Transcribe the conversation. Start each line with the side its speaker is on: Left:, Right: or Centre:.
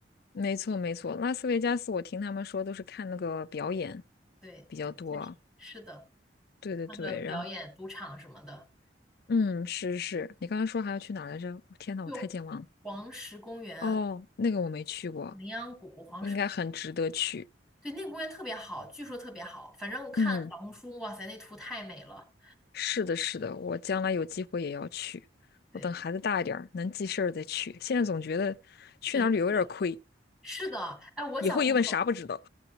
Left: 没错没错。拉斯维加斯，我听他们说都是看那个表演
Centre: 对对，
Left: 比较多。
Centre: 确实是的，
Left: 对对对，
Centre: 看个表演、
Left: 然后
Centre: 赌场什么的，
Left: 嗯，是是，你刚刚说还要去哪儿来着？天呐，
Centre: 就黄石公园、
Left: 我太健忘了。哦，那个我没去过，
Centre: 羚羊谷、黄石，
Left: 应该很值得去。
Centre: 对，那个公园特别好，据说特别好。反正我看小红书，
Left: 嗯。
Centre: 哇塞，那图太美了。
Left: 是的，是的，我将来有机会也要去。
Centre: 对
Left: 我等孩子大一点儿，能记事儿再去。现在总觉得去哪儿旅游有点儿亏，
Centre: 对，它是是的，哎，我小时候。
Left: 以后一问啥不知道，